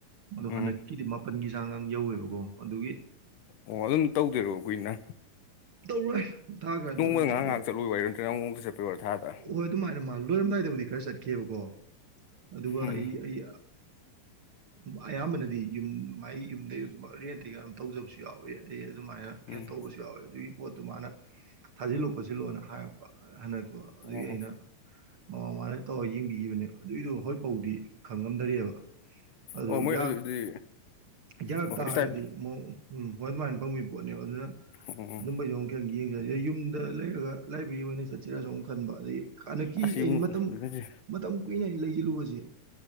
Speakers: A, on the right (about 45°); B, on the left (about 75°).
A: ꯑꯗꯣ
B: ꯎꯝ
A: ꯍꯟꯗꯛꯀꯤꯗꯤ ꯃꯥꯄꯟꯒꯤ ꯍꯟꯁꯥꯡꯒꯥꯡ ꯌꯧꯋꯦꯕꯀꯣ ꯑꯗꯨꯒꯤ
B: ꯑꯣ ꯑꯗꯨꯝ ꯇꯧꯗꯣꯏꯔꯣ ꯀꯨꯏꯅ
A: ꯇꯧꯔꯣꯏ ꯊꯥ ꯈꯔꯗꯣ
B: ꯅꯣꯡꯃꯗ
A: ꯑꯗꯨꯝ ꯇꯧꯗꯣꯏꯕ
B: ꯉꯥꯏꯍꯥꯛ ꯉꯥꯏꯍꯥꯛ ꯆꯠꯂꯨ ꯋꯥꯏꯔ ꯁꯦ ꯄꯦꯕꯔ ꯊꯥ ꯇ
A: ꯍꯣꯏ ꯑꯗꯨꯃꯥꯏꯅ ꯃꯥ ꯂꯣꯏꯔꯝꯗꯥꯏꯗꯕꯨꯗꯤ ꯈꯔ ꯆꯠꯈꯤꯕꯀꯣ ꯑꯗꯨꯒ
B: ꯎꯝ
A: ꯑꯩ ꯑꯩ ꯑꯌꯥꯝꯕꯅꯗꯤ ꯌꯨꯝ ꯃꯥꯏ ꯌꯨꯝꯗꯩ ꯔꯦꯟꯇ ꯀ ꯇꯧꯖꯕꯁꯨ ꯌꯥꯎꯋꯤ ꯑꯗꯩ ꯑꯗꯨꯃꯥꯏꯅ ꯀꯩꯅꯣ
B: ꯎꯝ
A: ꯇꯧꯕꯁꯨ ꯌꯥꯎꯋꯦ ꯑꯗꯨꯒꯤ ꯄꯣꯠꯇꯨ ꯃꯥꯅ ꯊꯥꯖꯤꯜꯂꯨ ꯈꯣꯠꯆꯤꯜꯂꯣꯅ ꯍꯥꯏꯔꯛꯄ ꯍꯟꯗꯛ ꯑꯗꯨꯒꯤ
B: ꯑꯣ
A: ꯑꯩꯅ ꯃꯃꯥꯡ ꯃ ꯇꯧꯔꯒ ꯌꯦꯡꯕꯤꯈꯤꯕꯅꯦꯕ ꯑꯗꯨꯏꯗꯨꯣ ꯍꯣꯏꯐꯥꯎꯗꯤ ꯈꯪꯉꯝꯗꯔꯤꯑꯕ ꯑꯗꯨ
B: ꯑꯣ ꯃꯣꯏ
A: ꯌꯥ
B: ꯑꯗꯨꯗꯤ
A: ꯌꯥꯔꯛ
B: ꯍꯣꯏ
A: ꯇꯥꯔꯒꯗꯤ
B: ꯏꯁꯇꯥꯏꯞ
A: ꯑꯃꯨꯛ ꯎꯝ ꯍꯣꯏ ꯑꯗꯨꯃꯥꯏꯅ ꯐꯪꯕꯒꯤ ꯄꯣꯠꯅꯦꯕ ꯑꯗꯨꯅ
B: ꯑꯣ
A: ꯑꯗꯨꯝꯕ ꯌꯡꯣ ꯀ ꯌꯦꯡꯖꯔꯒ ꯌꯨꯝꯗ ꯂꯩꯔꯒ ꯂꯥꯏꯕ꯭ꯔꯦꯔꯤ ꯑꯣꯏꯅ ꯆꯠꯁꯤꯔꯁꯨ ꯑꯃꯨꯛ ꯈꯟꯕ ꯑꯗꯗꯒꯤ ꯍꯟꯗꯛꯀꯤ
B: ꯑꯁ
A: ꯑꯩꯅ
B: ꯌꯨꯝ
A: ꯃꯇꯝ
B: ꯑꯗꯨꯗꯤ
A: ꯃꯇꯝ ꯀꯨꯏꯅ ꯑꯩꯅ ꯂꯩꯁꯤꯜꯂꯨꯕꯁꯦ